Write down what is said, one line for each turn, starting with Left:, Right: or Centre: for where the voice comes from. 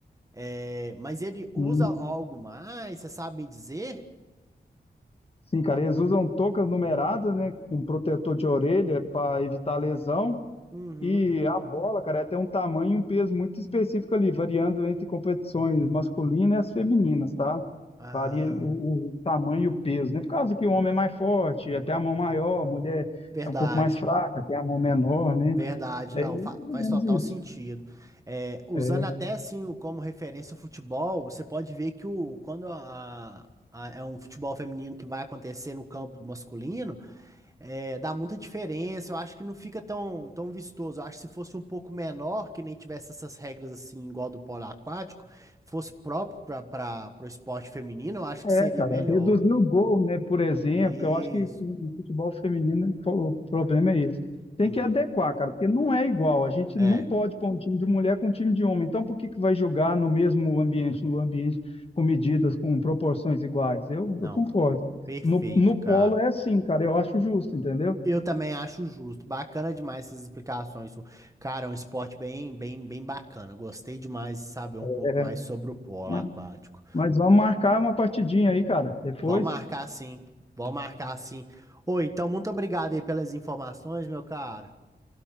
Right: É, mas ele usa
Left: E,
Right: algo mais, você sabe me dizer?
Left: sim, cara, eles usam toucas numeradas, né, com protetor de orelha para evitar lesão.
Right: Uhum.
Left: E a bola, cara, tem um tamanho e um peso muito específico ali, variando entre competições masculinas e as femininas, tá?
Right: Ah,
Left: Varia o, o tamanho e o peso, né? Por causa que o homem é mais forte, até a mão maior, a mulher
Right: verdade,
Left: é um pouco mais fraca, tem a mão menor, né?
Right: verdade,
Left: É
Right: não,
Left: mais
Right: fa-
Left: ou
Right: faz
Left: menos
Right: total
Left: isso.
Right: sentido. É, usando
Left: É,
Right: até assim o- como referência o futebol, você pode ver que o, quando a, a- é um futebol feminino que vai acontecer no campo masculino. É, dá muita diferença, eu acho que não fica tão, tão vistoso. Eu acho que se fosse um pouco menor, que nem tivesse essas regras assim, igual do polo aquático, fosse próprio para o esporte feminino, eu acho
Left: É,
Right: que seria
Left: cara,
Right: melhor.
Left: reduzir o gol, né, por exemplo,
Right: Isso.
Left: que eu acho que no futebol feminino o problema é esse. Tem
Right: Uhum.
Left: que adequar, cara, porque não é igual. A gente
Right: É,
Left: não pode pôr um time de mulher com um time de homem. Então, por que que vai jogar no mesmo ambiente, no ambiente com medidas, com proporções iguais? Eu,
Right: não,
Left: eu concordo.
Right: perfeito,
Left: No, no polo
Right: cara.
Left: é assim, cara, eu acho justo, entendeu?
Right: Eu também acho justo. Bacana demais essas explicações. sua. Cara, é um esporte bem, bem, bem bacana. Gostei demais de saber um
Left: É,
Right: pouco mais sobre o polo
Left: mas,
Right: aquático.
Left: mas vamos marcar uma partidinha aí, cara, depois.
Right: Vamos marcar assim. Vamos marcar assim. Oi, então muito obrigado aí pelas informações, meu caro.